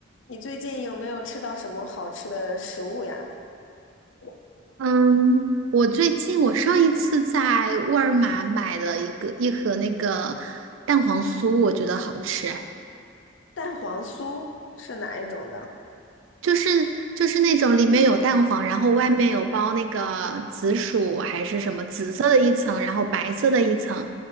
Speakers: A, on the left; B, on the right.
A: 你最近有没有吃到什么好吃的食物呀？<laughs>
B: 嗯，我最近我上一次在沃尔玛买了一个一盒那个蛋黄酥，我觉得好吃哎，
A: 蛋黄酥是哪一种呢？<laughs>
B: 就是就是那种里面有蛋黄，然后外面有包那个紫薯还是什么紫色的一层，然后白色的一层，